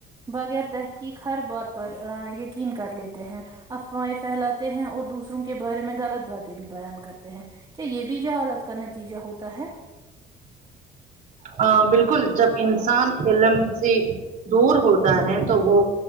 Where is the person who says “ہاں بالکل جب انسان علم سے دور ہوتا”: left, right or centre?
Right